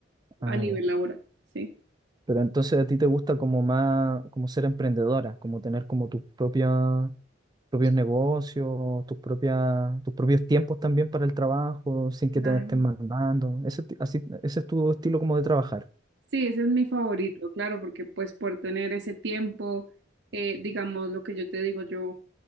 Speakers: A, on the right; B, on the right.
A: ah,
B: a nivel
A: ya.
B: laboral, ¿sí?
A: Pero entonces a ti te gusta como más, como ser emprendedora, como tener como tus propias, propios
B: Entonces,
A: negocios, tus propias, tus propios tiempos también para el trabajo, sin que
B: claro.
A: te estén mandando. Ese, ti- así, ese es tu estilo como de trabajar.
B: Sí, ese es mi favorito, claro, porque pues por tener ese tiempo, eh, digamos lo que yo te digo, yo